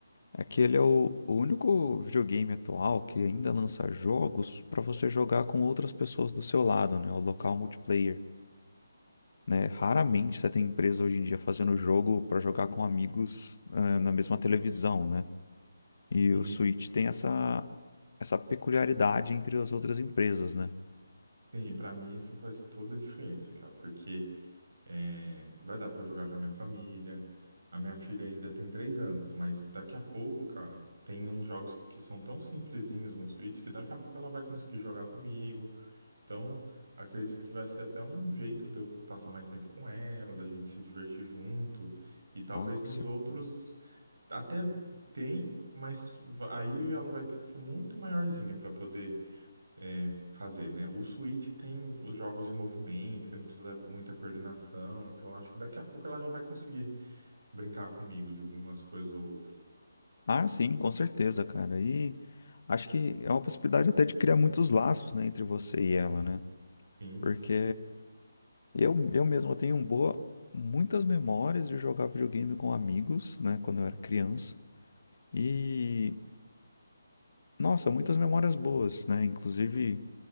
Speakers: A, on the left; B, on the right.
A: é que ele é o, o único videogame atual que ainda lança jogos pra você jogar com outras pessoas do seu lado, né? O local multiplayer. né? Raramente você tem empresa hoje em dia fazendo jogo para jogar com amigos, ah, na mesma televisão, né? E
B: Sim,
A: o Switch tem essa, essa peculiaridade entre as outras empresas, né?
B: sim, e para mim isso faz toda a diferença, cara, porque é, vai dar para eu jogar com a minha família. A minha filha ainda tem três anos, mas daqui a pouco, cara, tem uns jogos que são tão simplesinhos no Switch que daqui a pouco ela vai conseguir jogar comigo. Então, acredito que vai ser até um jeito de eu passar mais tempo com ela, da gente se divertir junto. E talvez
A: Ah, com
B: nos
A: cer-
B: outros até tem, mas va- aí ela vai ter que ser muito maiorzinha para poder é, fazer, né? O Switch tem os jogos de movimento, que não precisa muita coordenação. Então, eu acho que daqui a pouco ela já vai conseguir brincar comigo de algumas coisas ou outras.
A: ah, sim, com certeza, cara. E acho que é uma possibilidade até de criar muitos laços, né, entre você e ela, né?
B: Sim,
A: Porque eu, eu mesmo tenho um boa, muitas memórias de jogar videogame com amigos, né, quando eu era criança. E, nossa, muitas memórias boas, né? Inclusive,